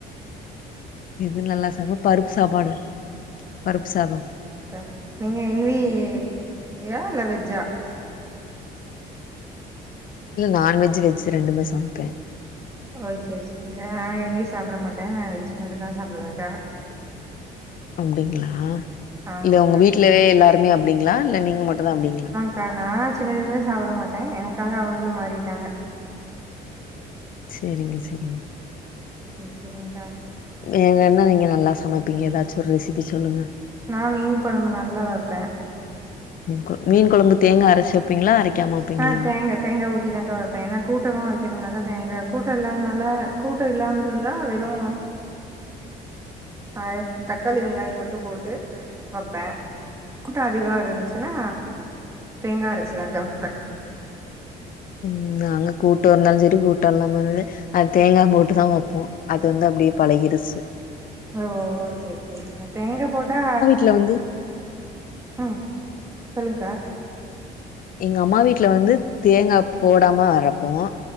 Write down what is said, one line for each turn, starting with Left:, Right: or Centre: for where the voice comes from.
Left: இது நல்லா சமப்பருப்பு சாப்பாடு பருப்பு சாதோ
Right: க நீங்க என் வியா இல்ல வெஜ்ஜா
Left: இல்ல நான்வெஜு வெஜ்ஜு ரெண்டுமே சமப்பே
Right: ஓ செரி செரிங்க்கா நா என் வி சாப்ட மாட்டே நா வெஜ் மட்டு தா சாப்டுவேக்கா
Left: அப்டிங்களா
Right: ஆமாங்க்கா
Left: இல்ல ஒங்க வீட்டுல எல்லாருமே அப்டிங்களா இல்ல நீங்க மட்டுதா அப்டிங்களா
Right: கா நா சின்னதுல இருந்தே சாப்ட மாட்டே எனக்காக அவுங்களு மாறிட்டாங்க
Left: சேரிங்க செரிங்க
Right: சேர் செரிங்க்கா
Left: எ என்ன நீங்க நல்லா சமப்பீங்க எதாச்சு ஒரு ரெசிபி சொல்லுங்க
Right: நா மீன் கொழம்பு நல்லா வெப்பே
Left: மீன் கொழம்பு மீன் கொழம்பு தேங்கா அரச்சி வப்பீங்ளா அரைக்காம வப்பீங்ளா
Right: ஆ தேங்கா தேங்கா ஊத்திதான்க வைபேன் ஏன்னா கூட்டமா வைக்கிறதுனால தேங்க் கூட்டம் இல்லாததுனால கூட்டம் இல்லாம இருந்தா வெறும் ஆ தக்காளி வெங்காயம் மட்டும் போட்டு வைப்பேன் கூட்டம் அதிகமா இருந்துச்சுன்னா தேங்கா அரைச்சுதான்கா வைப்பேன்
Left: ம் நாங்க கூட்டம் இருந்தாலும் செரி கூட்டம் இல்லாம இருந்து அந்த தேங்கா போட்டுதான் வைப்போம் அது வந்து அப்டியே பழகிருச்சு
Right: ஓ செரி செரிகா தேங்கா போட்டா
Left: இல்ல வந்து
Right: ம் சொல்லுங்கக்கா
Left: எங்க அம்மா வீட்ல வந்து தேங்கா போடாம அரைப்போம்